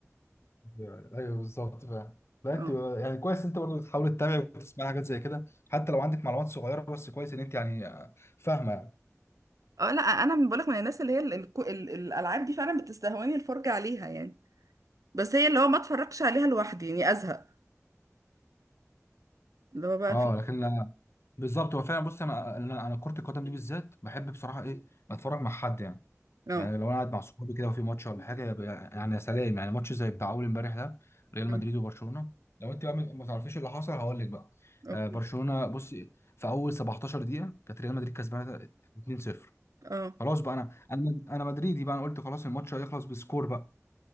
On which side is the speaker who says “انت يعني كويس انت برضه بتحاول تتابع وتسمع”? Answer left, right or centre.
Left